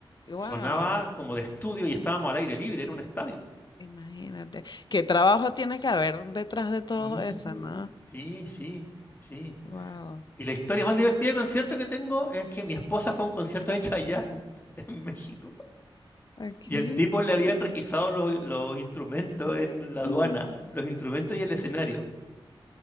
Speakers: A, on the left; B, on the left.
A: Wow.
B: Sonaba como de estudio y estábamos al aire libre, era un estadio.
A: Imagínate. ¿Qué trabajo tiene que haber detrás de todo
B: Sí,
A: eso, no?
B: sí, sí, sí.
A: Wow.
B: Y la historia más divertida de concierto que tengo es que mi esposa fue a un concierto de Chayanne <laughs> en México.
A: Aquí.
B: Y el tipo le había enriquizado los, los instrumentos en la aduana,
A: Mm.
B: los instrumentos y el escenario.